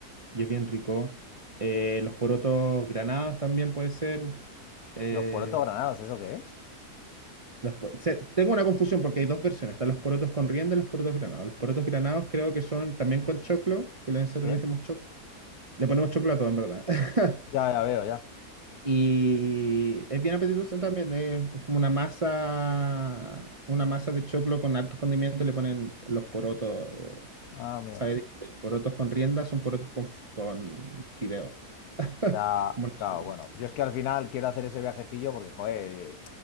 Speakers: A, on the right (about 35°); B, on the left (about 75°).
A: y es bien rico. Eh, los porotos granados también puede ser. eh,
B: Los porotos granados, ¿eso qué es?
A: los po- se- tengo una confusión porque hay dos versiones. Están los porotos con rienda y los porotos granados. Los porotos granados creo que son también con choclo, que nosotros
B: Sí.
A: le decimos choclo. Le ponemos choclo a todo, en verdad. <laughs>
B: Ya, ya veo, ya.
A: Y es bien apetitoso también, es como una masa, una masa de choclo con hartos condimentos, le ponen los porotos, eh,
B: Ah, amigo.
A: sabe distinto, los porotos con rienda son porotos con, f- con fideo. <laughs>
B: sea,
A: Como una
B: claro,
A: sopa.
B: bueno, yo es que al final quiero hacer ese viajecillo porque, joder, eh,